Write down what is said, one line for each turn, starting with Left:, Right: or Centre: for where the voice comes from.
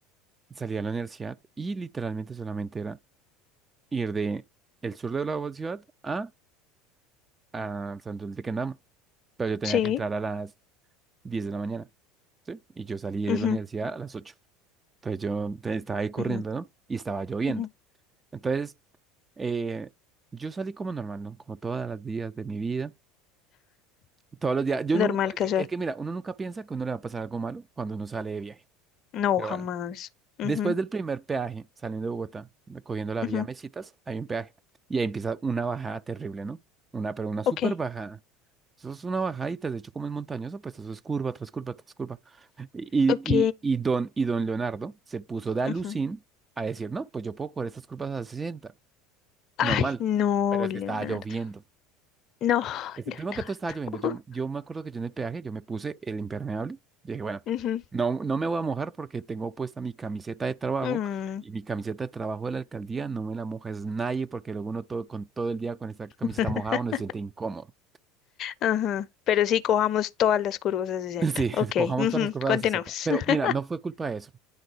Right: salía a la universidad y literalmente solamente era ir de el sur de la ciudad a, a Santos de Quendama, pero yo tenía
Left: sí,
Right: que entrar a las 10 de la mañana, ¿sí? Y yo salí
Left: ujú,
Right: de la universidad a las ocho entonces yo te- estaba ahí corriendo,
Left: ujú,
Right: ¿no? Y estaba lloviendo.
Left: ujú.
Right: Entonces, Eh, yo salí como normal, ¿no? Como todos los días de mi vida. Todos los días. Yo nu-
Left: Normal, casual.
Right: es que mira, uno nunca piensa que a uno le va a pasar algo malo cuando uno sale de viaje.
Left: No,
Right: Pero
Left: jamás.
Right: bueno,
Left: Ujú,
Right: después del primer peaje, saliendo de Bogotá, cogiendo la
Left: ujú,
Right: vía Mesitas, hay un peaje. Y ahí empieza una bajada terrible, ¿no? Una, pero una súper
Left: Ok.
Right: bajada. Eso es una bajadita, de hecho, como es montañoso, pues eso es curva tras curva tras curva. Y,
Left: Ok.
Right: y, y, don, y don Leonardo se puso de alucín
Left: ujú.
Right: a decir, no, pues yo puedo coger estas curvas a 60,
Left: Ay,
Right: normal,
Left: no,
Right: pero es
Left: Leonardo.
Right: que estaba lloviendo.
Left: No,
Right: Este,
Left: Leonardo.
Right: primero que todo estaba lloviendo. Yo, yo
Left: <laughs>
Right: me acuerdo que yo en el peaje, yo me puse el impermeable. Yo dije, bueno,
Left: Ujú.
Right: no, no me voy a mojar porque tengo puesta mi camiseta de trabajo
Left: Mm,
Right: y mi camiseta de trabajo de la alcaldía no me la moja es nadie porque luego uno todo, con todo el día con esta camiseta
Left: <laughs>
Right: mojada uno se siente incómodo.
Left: ajá. Pero sí, cojamos todas las curvas a 60.
Right: <laughs> Sí,
Left: Ok,
Right: cojamos
Left: ujú,
Right: todas las curvas
Left: Continuamos.
Right: de la sociedad. Pero
Left: <laughs>
Right: mira, no fue culpa de eso.